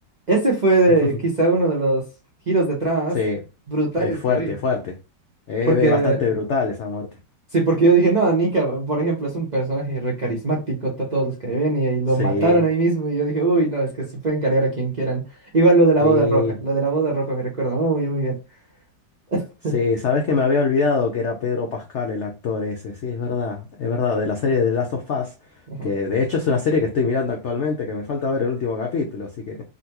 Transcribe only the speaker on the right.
Ese fue de-
quizá uno de los giros de trama
más brutales
que vi.
Porque,
sí, porque yo dije, no, Nika, por ejemplo, es un personaje re carismático, to- todos los que ven y, y lo
mataron ahí mismo. Y yo dije, uy, no, es que se pueden cargar a quien quieran. Igual lo de la
boda roja, lo de la boda roja me recuerdo, muy, muy bien. <laughs>
Ajá.